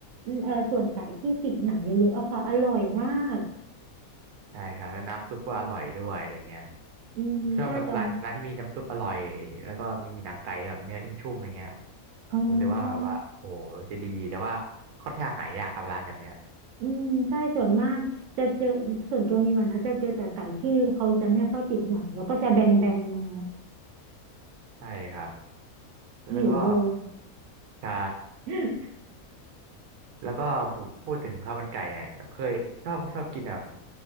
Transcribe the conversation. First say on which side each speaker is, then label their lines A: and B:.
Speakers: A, on the right (about 70°); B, on the right (about 85°).
A: อืมเออส่วนไก่ที่ติดหนังเยอะๆอะค่ะอร่อยมาก
B: ใช่ครับแล้วน้ำซุปก็อร่อยด้วยอะไรเงี้ย
A: อืมใช่แต่
B: ผมชอบน้ำร้านร้านที่มีน้ำซุปอร่อยแล้วก็มีหนังไก่แบบเนื้อชุ่มๆอะไรเงี้ย
A: เออใช่
B: ผมรู้สึกว่าแบบว่าโอ้จะดีแต่ว่าค่อนข้างหายากครับร้านแบบเนี้ย
A: อืมใช่ส่วนมากจะเจอส่วนตัวนี้มันนะจะเจอแต่ไก่ที่เขาจะไม่ค่อยติดหนังแล้วก็จะแบนๆมา
B: ใช่ครับ
A: หิวเลย
B: แล้วก็ใช่
A: <laughs>
B: แล้วก็ผมพูดถึงข้าวมันไก่เนี่ยเคยชอบชอบกินแบบ